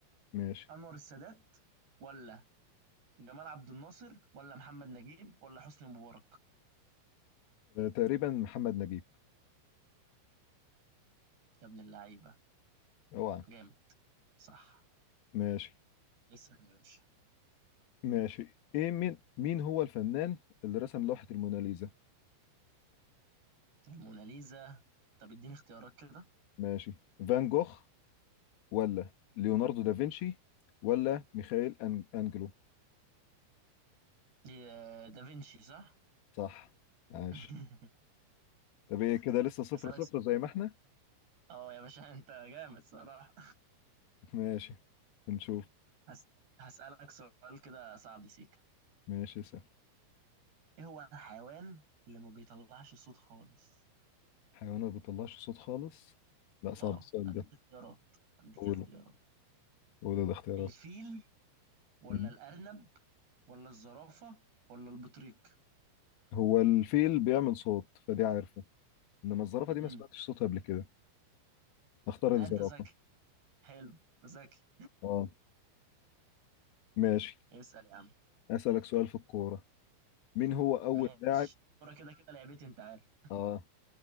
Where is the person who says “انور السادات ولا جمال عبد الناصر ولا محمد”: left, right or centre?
Right